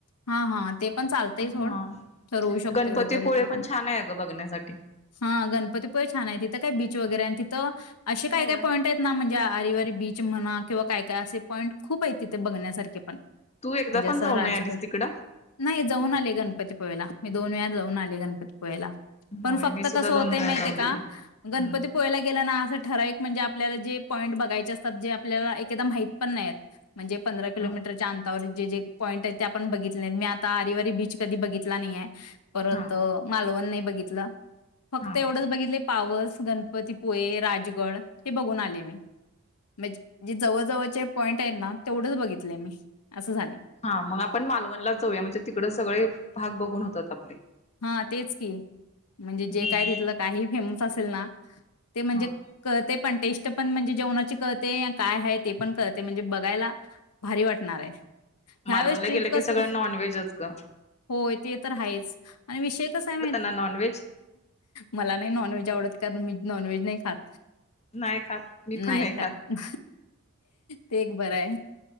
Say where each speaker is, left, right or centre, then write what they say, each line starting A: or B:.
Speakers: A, on the left (about 85°); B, on the left (about 30°).
A: हा हा ते पण चालतय
B: हा
A: सोड तर ठरवू शकतोय
B: गणपतीपुळे
A: वगैरे ते पण
B: छान आहे अगं बघण्यासाठी
A: हा गणपतीपुळे छान आहे, तिथं काय बीच वगैरे तिथं अशे काय
B: होय
A: काय पॉईंट आहेत ना म्हणजा आरीवारी बीच म्हणा किंवा काय काय असे पॉईंट खूप आहे तिथे बघण्यासारखे पण
B: तू एकदा
A: म्हणजे
B: पण
A: असं
B: जाऊन
A: राजगड
B: नाही आलीस तिकड?
A: नाही जाऊन आले गणपतीपुळेला, मी दोन वेळा जाऊन आले गन <unintelligible> पुळेला पण
B: होय
A: फक्त
B: मी सुद्धा
A: कस होत
B: दोन वेळा
A: माहित
B: जाऊन
A: आहे का?
B: आले हम्म
A: गणपती पोळ्याला गेलं ना अस ठरावीक म्हणजे आ आपल्याला जे पॉईंट बघायचे असतात, जे आपल्याला एक एकदा माहित पण नाही आहेत. म्हणजे पंधरा किलोमीटरच्या
B: हा
A: अंतावरील जे जे पॉईंट आहेत त्या पण बघितलेत मी आता आरिवारी बीच कधी बघितला नाहीेये. परत
B: हा
A: मालवण नाही बघित ला फक्त
B: हा
A: एवढंच बघितले पावस, गणपतीपुळे, राजगड हे बघून आलीये मी म्हणजे जे जवळ जवळचे पॉईंट आहेत ना, तेवढंच बघितलय मी असं झालय.
B: हा मग आपण मालवणलाच जाऊया म्हणजे, तिकडं सगळे भाग बघून होतात आपले
A: हा तेच की म्हणजे,
B: हम्म
A: जे काय तिथलं काही फेम असेल ना ते म्हणजे
B: हा
A: क ते पण टेस्ट पण म्हणजे जेवणाची कळते काय आहे ते पण कळते म्हणजे बघायला भारी वाटणार आहे. ह्यावेेळेस
B: मालवणला
A: ट्रिप
B: गेलं की
A: कसं
B: सगळं नॉनव्हेजच का?
A: होय ते तर हायच आणि विषय कसा माहित
B: ना नॉनव्हेज
A: मला नाही नॉनव्हेज आवडत कारण मी नॉनव्हेज नइ खात.
B: नाही खात मी
A: नायी
B: पण नाही
A: खात ते एक बरये